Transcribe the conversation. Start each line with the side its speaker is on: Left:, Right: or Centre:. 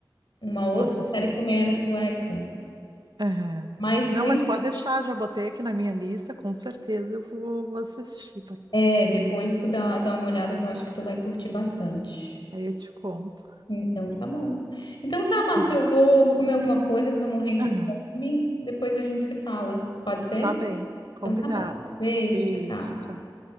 Left: uma outra
Right: Uma outra série.
Left: série que também era sueca.
Right: Aham.
Left: Mas
Right: Não,
Left: e-
Right: mas pode deixar, já botei aqui na minha lista, com certeza eu vou, vou assistir.
Left: é, depois tu dá, dá uma olhada que eu acho que tu vai curtir bastante.
Right: Aí eu te conto.
Left: Então tá bom. Então tá, Marta,
Right: <laughs>
Left: eu vou, vou comer alguma coisa que eu tô morrendo de
Right: Aham.
Left: fome. Depois a gente se fala. Pode ser?
Right: Tá bem, combinado.
Left: Então tá bom. Beijo,
Right: Beijo,
Left: tchau, tchau.
Right: tchau.